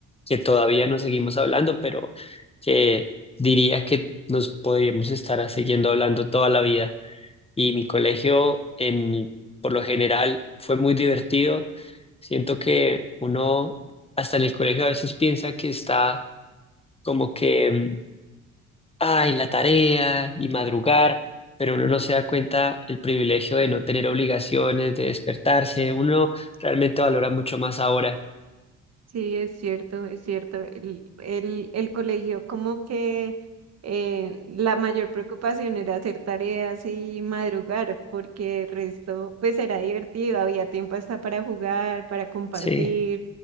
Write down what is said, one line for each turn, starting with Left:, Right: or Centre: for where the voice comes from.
Left: que todavía nos seguimos hablando, pero que diría que nos podríamos estar siguiendo hablando toda la vida. Y mi colegio, en, por lo general, fue muy divertido. Siento que uno hasta en el colegio a veces piensa que está como que, mm, ay, la tarea y madrugar, pero uno no se da cuenta el privilegio de no tener obligaciones, de despertarse, uno realmente valora mucho más ahora.
Right: Sí, es cierto, es cierto. El, el, el colegio, como que eh, la mayor preocupación era hacer tareas y madrugar, porque el resto, pues era divertido, había tiempo hasta para jugar, para compartir,
Left: Sí, de